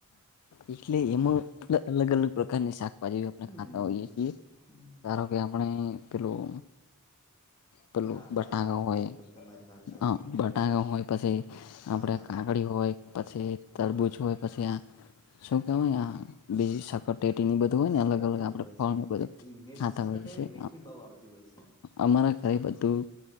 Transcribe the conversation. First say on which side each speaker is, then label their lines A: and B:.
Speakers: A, on the left; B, on the left.
A: એટલે એમાં અલગ અલગ પ્રકારની શાકભાજી આપણે
B: હમ્મ
A: ખાતા હોઈએ છીએ ધારો કે આપણે પેલું પેલું
B: હા
A: બટાકા
B: વાત સાચી
A: હોય
B: બિલકુલ તમારી વાત સાચી
A: હ બટાકા હોય પછી
B: હા
A: આપડે
B: હા
A: કાકડી હોય પછી
B: હા
A: તરબૂજ હોય પછી શોગાવયા બે શકોત પટેટીની બધું હોય ને
B: સકટેટી
A: અલગ અલગ આપણે
B: હોય
A: ફળને
B: છે હા
A: બધું
B: એ મીઠ
A: ખાતા
B: સકટેરી
A: હોઈએ છી
B: મીઠી બહુ આવતી હોય છે.
A: અમારા ઘરે બધું